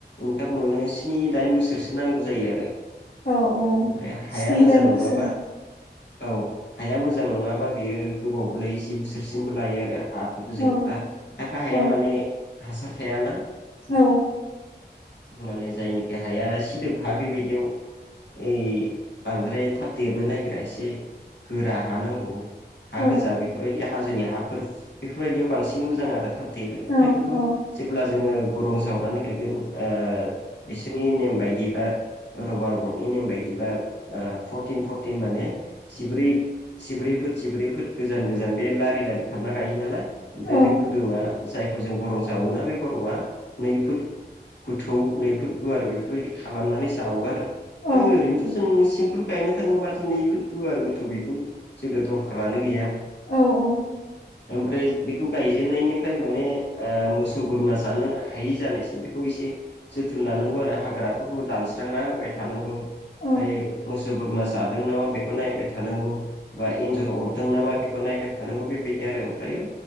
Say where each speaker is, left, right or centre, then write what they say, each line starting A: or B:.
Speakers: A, on the left (about 75°); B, on the left (about 60°).
A: थाब मोननो स्नि दाइन बोसोरसो नांगौ जायो आरो।
B: औ औ
A: ओमफ्राय हाया
B: स्नि
A: मोजां
B: दाइन
A: नङाबा
B: बोसोर
A: औ। हाया मोजां नङाबा बेयो गोबावबो लायो जि बोसोरसिमबो लायो आरो। हाफोरजों
B: औ
A: खोथा खायफा हाया
B: औ स्नि
A: माने
B: दाइन बोसोर औ
A: हासार थायाना।
B: औ।
A: माने जायनिखि हाया सिदोब हा बेबायदियाव ओइ बांद्राय थाब देरनो नागिरा एसे गोरा हा नांगौ। हा
B: औ
A: गोजा बेफोरबायदि हाजोनि हाफोर बेफोरबायदियाव बांसिन मोजां आरो थाब देरो ओमफ्राय
B: औ
A: बेखौ
B: औ
A: जेब्ला जोङो गरं जावनानै गायगोन ओ बिसोरनि नेम बायदिबा रबार बरटनि नेम बायदिबा ओ फर्टि न फर्टिन माने जिब्रै जिब्रै फुट जिब्रै फुट गोजान गोजान बे लारि लारि खालामना गायो। नालाय ओमफ्राय
B: औ
A: बे गोदोङा जायखौ जों गरं जावोना बे गरंआ नै फुट गोथौ नै फुट गुवार बेफोरबायदि खालामनानै जावो आरो।
B: औ
A: दा ओरैनोथ' जों सिम्पोल गायनो थाङोबाथ' नेै फुट गुवार गोथौ बेखौ जोङो दरखारानो गैया।
B: औ औ।
A: ओमफ्राय बेखौ गायजेननायनिफ्राय माने ओ मोसौ बोरमा जानो हायि जानायसिम बेखौ एसे जोथोन लानांगौ आरो हाग्राफोरखौ दानस्रांना होबाय थानांगौ। ओमफ्राय
B: औ
A: मोसौ बोरमा जादों नामा बेखौ नायबाय थानांगौ। बा एन्जर अरदों नामा बेखौ नायबाय थानांगौ बेबायदि आरो ओमफ्रायो